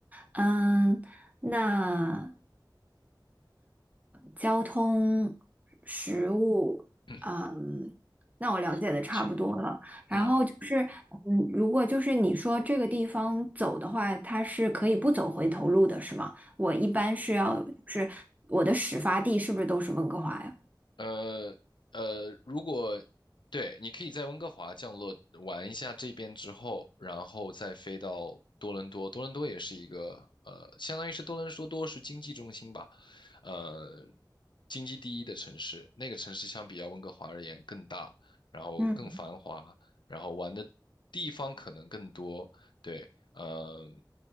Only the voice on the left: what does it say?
<clears throat> 嗯，
其
嗯。
呃呃，如果对，你可以在温哥华降落玩一下这边之后，然后再飞到多伦多。多伦多也是一个呃，相当于是多伦多是经济中心吧，呃，经济第一的城市。那个城市相比较温哥华而言更大，然后更繁华，
然后玩的地方可能更多。对，嗯。